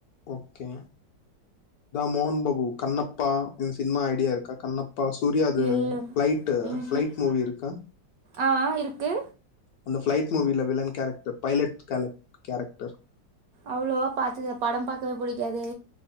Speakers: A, on the left; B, on the right.
A: ஓகே மோகன் பாபு கண்ணப்பா என் சினிமா ஐடியா இருக்கா கண்ணப் இப்பா சூர்யாது
B: இல்ல
A: பிளைட்டு
B: ம்ஹூம்
A: ப்ளைட் மூவி இருக்கா
B: ஆ ஆ இருக்கு
A: அந்த பிளைட் மூவியில வில்லன் கேரக்டர் பைலட் கேலக் கேரக்டர்
B: அவ்வளோவா பாத்ததுல்ல படம் பாக்கவே புடிக்காதே